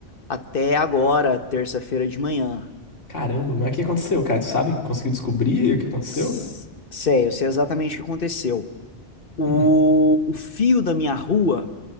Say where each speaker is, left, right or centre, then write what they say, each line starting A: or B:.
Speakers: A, on the left; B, on the left.
A: até agora, terça-feira de manhã.
B: Caramba, mas o que aconteceu, cara? Tu sabe? Conseguiu descobrir o que aconteceu?
A: S- Sei, eu sei exatamente o que aconteceu. O,
B: Hum,
A: o fio da minha rua,